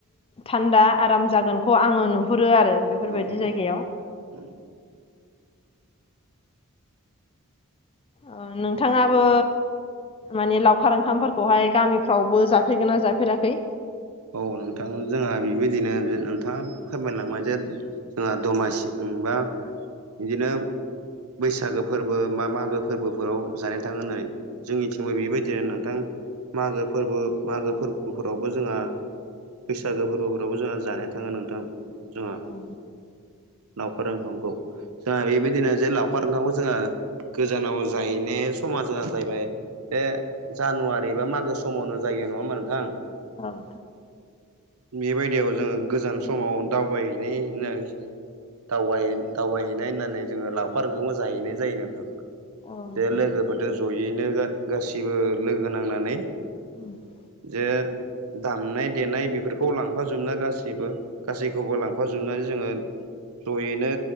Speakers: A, on the left; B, on the right.
A: थान्दा आराम जागोनखौ आङो नुहुरो आरो। बेफोरबायदि
B: औ
A: जायगायाव।
B: औ औ
A: ओं नोंथाङाबो माने लावखार ओंखामफोरखौहाय गामिफ्रावबो जाफेरगोन ना जाफेराखै?
B: औ नोंथां जोंहा बेबायदिनो नोंथाङा फोरमायलांबाय जे जोंहा दमासि बा बिदिनो बैसागो फोरबो मा मागो फोरबोफोराव जानाय थाङो होननानै। जोंनिथिंबो बेबायदिनो नोंथां मागो फोरबो मागो फोरबोफोरावबो जोंहा बैसागो फोरबोफोरावबो जोंहा जानाय थाङो नोंथां जोंहा नाव
A: औ
B: लावखार ओखामांगौ जोंहा बेबायदिनो जे लावखार ओखांगौ जोङो गोजानाव जाहैनो समाजहा जाहैबाय बे जानुवारि बा मागो समावनो जायो नङामा नोंथां?
A: औं।
B: बेबायदियाव जोङो गोजाम समाव दावबायहैनायनाय दावबाय दावबायहैनाय होननानै जोङो लावखार ओंखामबो जाहैनाय जायो नोंथां।
A: औ नोंथां
B: दे लोगोफोरजों जयैनो गासिबो लोगो नांनानै
A: <inaudible>
B: जे दामनाय देनाय बेफोरखौ लांफाजोबना गासैबो गासैखौबो लांफाजोबनानै जोङो ज'यैनो